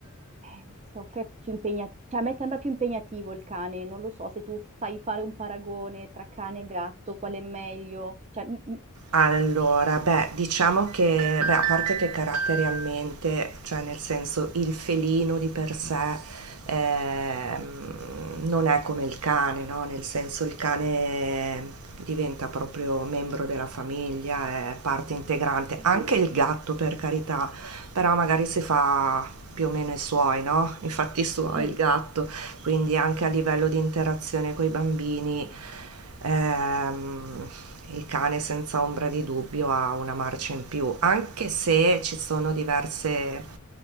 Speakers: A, on the right; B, on the right.
A: Eh, so che è più impegnativo, cioè a me sembra più impegnativo il cane, non lo so, se tu fai fare un paragone tra cane e gatto, qual è meglio? Cioè, mm, mm,
B: Allora, beh, diciamo che, beh, a parte che caratterialmente, cioè nel senso il felino di per sé ehm, non è come il cane, no? Nel senso il cane diventa proprio membro della famiglia, è parte integrante,
A: mm,
B: anche il gatto per carità, però magari si fa più o meno i suoi, no? I fatti suoi
A: sì,
B: il gatto quindi anche a livello di interazione coi bambini, ehm, il cane senza ombra di dubbio ha una marcia in più, anche se ci sono diverse